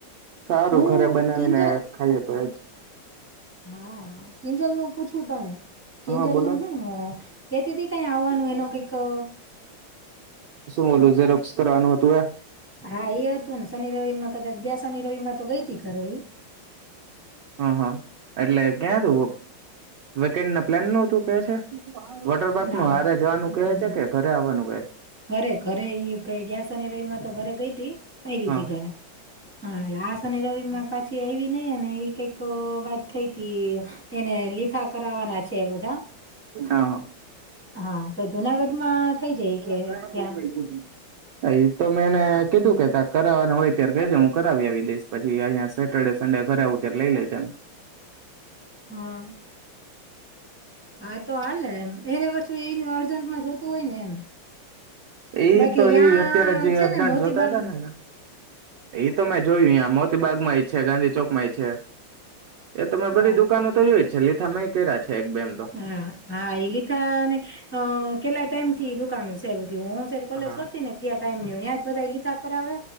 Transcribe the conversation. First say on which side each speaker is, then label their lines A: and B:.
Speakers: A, on the right; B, in the centre.
A: સારું
B: હું
A: ઘરે બનાવીને
B: કિંજલ
A: ખાઈએ તો એજ
B: હા કિંજલ નું પૂછવું તને કિંજલ
A: હા બોલોને
B: નું હું કેતી તી કઈ આવવાનું
A: એ શું
B: એનો કઈક અ,
A: બોલ? કરવાનું હતું એ?
B: હા એ હતું ને શનિ રવિ માં કદાચ ગયા શનિ રવિ માં તો ગઈ હતી, ખરે એ
A: હા હા એટલે ક્યા તું વેકેન્ડ ના પ્લાન ન તું કે છે? વોટર પાર્ક
B: ના
A: ન હારે
B: ના
A: જવાનું કહે છે
B: ના
A: કે? ઘરે આવવાનું કહે છે?
B: ઘરે ઘરે ગ્યાસની રોહીમાં તો ઘરે ગઈ તી આવી
A: હા
B: તી ઘરે હા સની રવિ માં પાછી આવી નઈ અને એવી કંઈક વાત થઈ એને લીધા કરવાના છે બધા
A: હા
B: હા જુનાગઢ માં થઈ જાય
A: <unintelligible>
B: ત્યાં
A: અ તો મેં એને કીધું કે તાર કરાવવાનું હોય, ત્યારે કેજ હું કરાવી આવી દઈશ પછી અહિયાયા સેટરડે સડે ઘરે આવું ત્યારે લઈ લેજ એમ
B: હા હા તો હાલે એમ એને વસ્તુ એ અર્જન્ટમાં જોતું હોય ને એમ
A: ઈ
B: બાકી
A: તો
B: યાં
A: ઈ અત્યારે જે
B: છે
A: અર્જન્ટ
B: ને મોતીબાગ
A: જોતા હતા ને ને એ તો મેં જોયું ં મોતીબાગ માં છે ગાંધી ચોક માંય છે, એ તોમે બધી
B: હા
A: દુકાનો તો જોય જ છે, તમે કેરા છે એક બેમ તો
B: હા હા એ લિથા ને કેટલા ટાઈમ થી દુકાનો છેહે હું કોલેજ
A: હા.
B: કરતી ને ત્યાં ટાઈમ ત્યાં જ બધા લીખા કરાવે